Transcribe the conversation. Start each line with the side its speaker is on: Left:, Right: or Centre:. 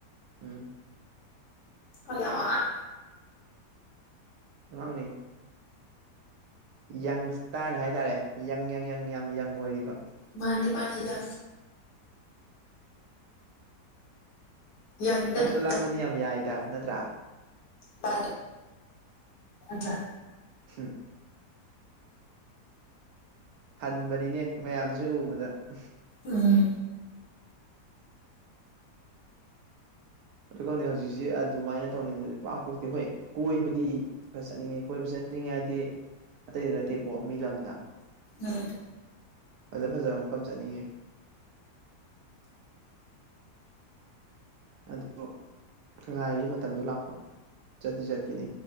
Right: ꯎꯝ
Left: ꯑ
Right: ꯂꯪꯅꯤ ꯌꯪꯁꯇꯥꯔꯅꯦ ꯍꯥꯏꯇꯥꯔꯦ ꯌꯪ ꯌꯪ ꯌꯪ ꯌꯥꯝ ꯌꯪ ꯑꯣꯏꯔꯤꯕ
Left: ꯃꯥꯅꯦ ꯃꯥꯒꯤꯖ ꯌꯪꯗ
Right: ꯈꯠꯄ
Left: ꯑꯗꯨꯝ
Right: ꯂꯥꯡꯕꯗꯤ ꯌꯥꯝ ꯌꯥꯏꯗ ꯅꯠꯇ꯭ꯔꯥ
Left: ꯔ ꯊ
Right: ꯎꯝ ꯍꯟꯕꯅꯤꯅꯦ ꯃꯌꯥꯝꯁꯦ ꯎꯕꯗ ꯎ
Left: ꯎꯝ
Right: ꯑꯗꯨ ꯈꯪꯗꯤ ꯍꯧꯖꯤꯛꯁꯦ ꯑꯗꯨꯃꯥꯏꯅ ꯇꯧꯅꯤꯡꯕꯁꯦ ꯄꯥꯛ ꯄꯣꯛꯇꯤ ꯍꯣꯏ ꯀꯣꯏꯕꯗꯤ ꯈꯔ ꯆꯠꯅꯤꯡꯉꯦ ꯀꯣꯏꯕꯕꯁꯤ ꯆꯠꯅꯤꯡ ꯆꯅꯤꯡꯉꯥꯏꯗꯤ ꯑꯇꯩꯗ ꯅꯠꯇꯦꯀꯣ ꯃꯤ ꯂꯝꯗ
Left: ꯎꯝ
Right: ꯐꯖ ꯐꯖꯕ ꯃꯐꯝ ꯆꯠꯅꯤꯡꯉꯦ ꯑꯗꯨꯣ ꯉꯥꯏꯔꯤ ꯃꯇꯝꯗꯣ ꯂꯥꯛꯄ ꯆꯠꯇꯠꯇꯤ ꯆꯠꯈꯤꯅꯤ